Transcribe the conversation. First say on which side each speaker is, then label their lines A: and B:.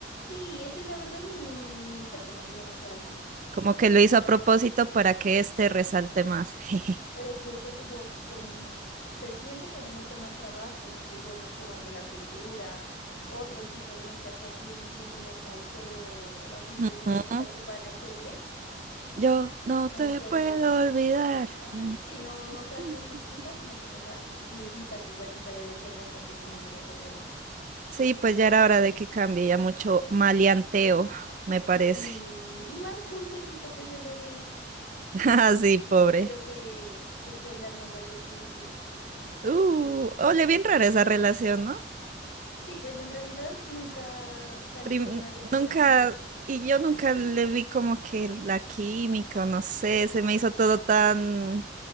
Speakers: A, on the left; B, on the right.
A: Sí, ese la verdad ni, ni sé cómo se llama ese álbum,
B: Como que lo hizo a propósito para que este resalte más. <laughs>
A: pero es que este tuvo como, mu- se siente como mucho más trabajo, incluyó mucho más de la cultura, otros tipos de música, está bien, bien como salsero, así, pero
B: Ujú.
A: esa salsita cubana chévere.
B: Yo no
A: No
B: te
A: solo,
B: puedo olvidar.
A: ajá,
B: Mm,
A: sí, no, no salsa
B: mm.
A: así chimba, sino como esa viejita cubanita debe ser bastante común allá en Puerto Rico.
B: Sí, pues ya era hora de que cambie ya mucho maleanteo, me parece.
A: Sí, y más dulcecito que se lo ve.
B: <laughs> Ah, sí, pobre.
A: Espero que, que Kendall no lo haya hecho sufrir.
B: Uh, ole, bien rara esa relación, ¿no?
A: Sí, pues en realidad nunca salieron
B: Prim-
A: a decir
B: nunca,
A: nada,
B: y yo nunca le vi como que la química, o no sé, se me hizo todo tan,